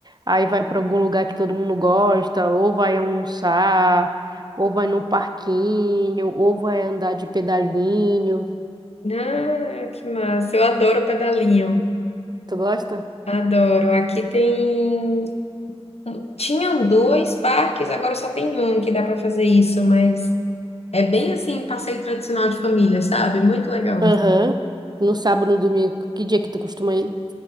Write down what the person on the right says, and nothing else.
aí vai para algum lugar que todo mundo gosta, ou vai almoçar, ou vai no parquinho, ou vai andar de pedalinho.
Tu gosta?
Aham. No sábado, no domingo, que dia que tu costuma ir?